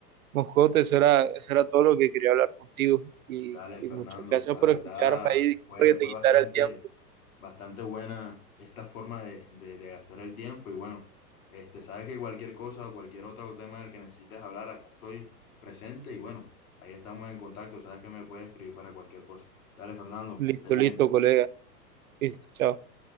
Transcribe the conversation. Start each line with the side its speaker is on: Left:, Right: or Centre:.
Right: Moscote, eso era, eso era todo lo que quería hablar contigo y,
Left: dale,
Right: y
Left: Fernando,
Right: muchas gracias
Left: la
Right: por
Left: verdad
Right: escucharme ahí, disculpa
Left: fue,
Right: que
Left: fue
Right: te quitara
Left: bastante
Right: el tiempo.
Left: bastante buena esta forma de, de- de gastar el tiempo y bueno, este, sabes que cualquier cosa o cualquier otro tema del que necesites hablar, acá estoy presente y bueno, ahí estamos en contacto, sabes que me puedes escribir para cualquier cosa. Dale, Fernando,
Right: Listo,
Left: que estés bien.
Right: listo, colega. Listo, chao.